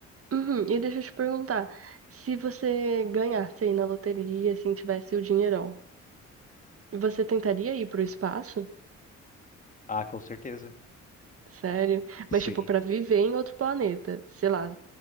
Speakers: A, on the right; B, on the left.
A: Uhum, e deixa eu te perguntar, se você ganhasse aí na loteria, assim, tivesse o dinheirão, você tentaria ir pro espaço?
B: Ah, com certeza.
A: Sério? Mas,
B: Sim.
A: tipo, pra viver em outro planeta. Sei lá,